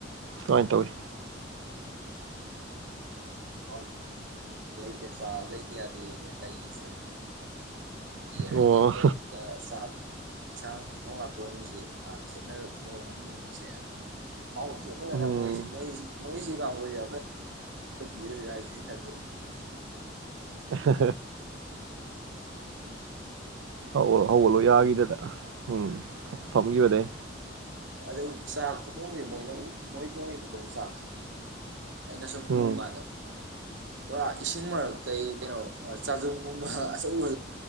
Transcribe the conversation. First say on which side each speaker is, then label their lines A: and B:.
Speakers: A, on the right (about 90°); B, on the right (about 70°).
A: ꯀꯃꯥꯏꯅ ꯇꯧꯋꯤ꯫
B: ꯍ ꯂꯩꯇ ꯆ ꯂꯩꯇ ꯌꯥꯗ ꯂꯩꯁꯦ꯫ ꯍꯥꯏꯗꯤ
A: ꯑꯣ
B: ꯑꯩꯈꯣꯏ ꯑꯗꯨꯒ ꯆꯥꯛ ꯑꯦꯟꯁꯥꯡ꯫ ꯏꯊꯧ ꯂꯥꯛꯄꯁꯤ ꯈꯦꯠꯅꯕ ꯃꯑꯣꯡ ꯑꯃ ꯂꯩꯉꯩꯁꯦ ꯑꯗꯨꯅ꯫ ꯍꯥꯎꯇꯦ
A: ꯎꯝ
B: ꯃꯁꯤ ꯃꯁꯤ ꯀ ꯃꯣꯏ꯫ ꯌꯦ ꯌꯥꯒ ꯈꯗ꯫
A: ꯍꯥ ꯍꯥ꯫ ꯍꯧꯂꯣ ꯍꯧꯒꯠꯂꯣ ꯌꯥꯈꯤꯗꯗ ꯎꯝ꯫ ꯐꯝꯒꯤꯕꯗꯩꯩ꯫
B: ꯑꯗꯩ ꯆꯥꯛ ꯈꯨꯊꯣꯡꯅꯤ ꯃꯣꯏꯅ ꯃꯣꯏ ꯊꯣꯡꯉ ꯈꯨꯊꯣꯡ ꯆꯥꯛꯁꯤ꯫ ꯑꯩꯅ ꯁꯨꯝ
A: ꯎꯝ
B: ꯎ ꯀꯥꯟꯗ꯫ ꯄꯨꯔꯥ ꯏꯁꯤꯡ ꯃꯔꯛꯇꯒꯤ ꯀꯩꯅꯣ ꯆꯥꯖꯣꯡ ꯅꯨꯡꯕ ꯑꯆꯧꯕ